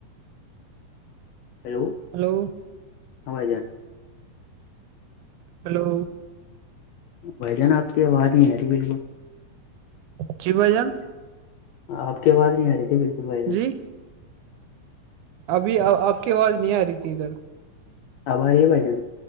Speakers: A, on the left; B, on the right.
A: ہیلو
B: ہلو
A: ہاں جا
B: ہلو
A: بھ جان آپ کی آواز نہیں ی بالکل
B: چی بھ جان
A: آپ کے پااز نہیں آ رہ تھی بالکل بھائی جان
B: جی ابھی آپ کی آواز نہیں آ رہی تھی ادھر
A: ابا یہ بھ جین